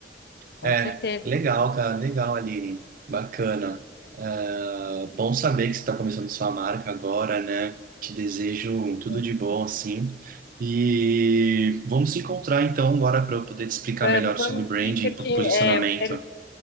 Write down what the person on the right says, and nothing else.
É,
legal, cara, legal, Aline. Bacana. É, bom saber que você está começando sua marca agora, né? Te desejo tudo
de bom, assim. E vamos se encontrar então agora para eu poder te explicar
melhor
sobre o brand
e
posicionamento.